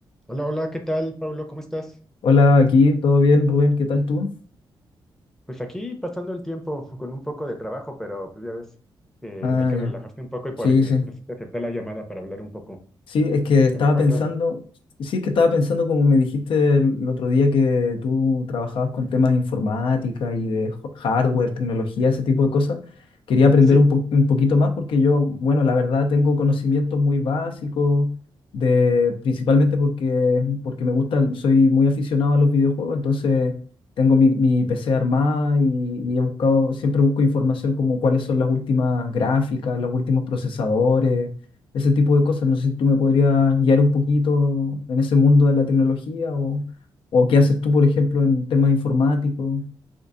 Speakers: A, in the centre; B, on the left (about 80°).
A: Hola, hola, ¿qué tal, Pablo? ¿Cómo estás?
B: Hola, aquí, ¿todo bien, Rubén? ¿Qué tal tú?
A: Pues aquí pasando el tiempo con un poco de trabajo, pero pues ya ves que
B: Ah,
A: hay que
B: ya.
A: relajarse un poco y
B: Sí,
A: por, eh,
B: sí.
A: por eso te acepté la llamada para hablar un poco.
B: Sí, es que estaba
A: ¿Qué me cuentas?
B: pensando, sí, es que estaba pensando como me dijiste el, el otro día que tú trabajabas con temas de informática y de ho- hardware, tecnología, ese tipo de cosas. Quería aprender
A: Sí, sí.
B: un, po- un poquito más porque yo, bueno, la verdad tengo conocimientos muy básicos de, principalmente porque, porque me gusta, soy muy aficionado a los videojuegos, entonces tengo mi, mi PC armada y, y he buscado, siempre busco información como cuáles son las últimas gráficas, los últimos procesadores ese tipo de cosas. No sé si tú me podrías guiar un poquito en ese mundo de la tecnología o, o qué haces tú, por ejemplo, en temas informáticos.